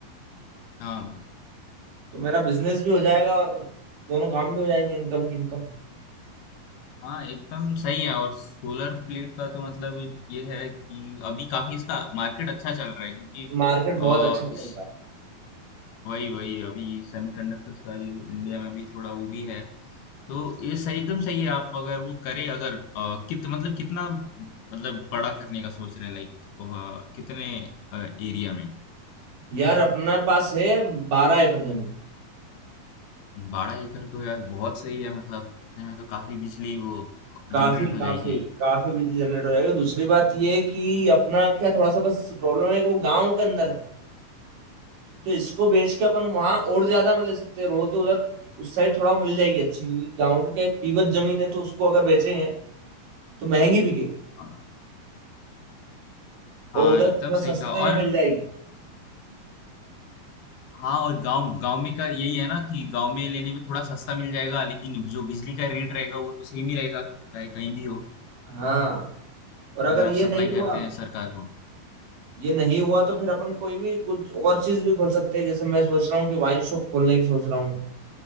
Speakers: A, on the left (about 75°); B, on the right (about 60°).
A: हाँ
B: तो मेरा बिजनेस भी हो जाएगा और दोनों काम भी हो जाएंगे इनकम की इनकम
A: हाँ एकदम सही है और सोलर प्लेट का तो मतलब ये है कि अभी काफी इसका मार्केट अच्छा चल रहा है क्योंकि
B: मार्केट बहुत
A: अ,
B: अच्छा चल
A: इस
B: रहा है
A: वही वही अभी सेमीकंडक्टर्स का ये इंडिया में भी थोड़ा वो भी है तो ये सही एकदम सही है आप अगर वो करे अगर अ, कित मतलब कितना मतलब बड़ा करने का सोच रहे हैं लाइक कितने एरिया में
B: यार अपने पास है बारह एकड़ जमीन
A: बारह एकड़ तो यार बहुत सही है मतलब इतने में तो काफी बिजली वो
B: काफी
A: जनरेट हो
B: काफी
A: जाएगी
B: काफी बिजली जनरेट हो जाएगी दूसरी बात ये है कि अपना क्या थोड़ा सा बस प्रॉब्लम है कि वो गांव के अंदर है तो इसको बेच के अपन वहां और ज्यादा में ले सकते हैं रोड के उधर उस साइड थोड़ा मिल जाएगी अच्छी क्योंकि गांव के क्या है, पीवत जमीन है तो उसको अगर बेचेंगे तो महंगी बिकेगी
A: अ,
B: और
A: हाँ
B: उधर
A: एकदम
B: थोड़ा
A: सही
B: सस्ते
A: कहा
B: में
A: और
B: मिल जाएगी
A: हाँ और गांव गांव में का यही है ना कि गांव में लेने में थोड़ा सस्ता मिल जाएगा लेकिन जो बिजली का रेट रहेगा वो तो सेम ही रहेगा चाहे कहीं भी हो
B: हाँ और अगर
A: अगर आप
B: ये
A: सप्लाई
B: नहीं हुआ
A: करते हैं सरकार को
B: ये नहीं हुआ तो फिर अपन कोई भी कुछ और चीज भी खोल सकते हैं जैसे मैं सोच रहा हूँ कि वाइन शॉप खोलने की सोच रहा हूँ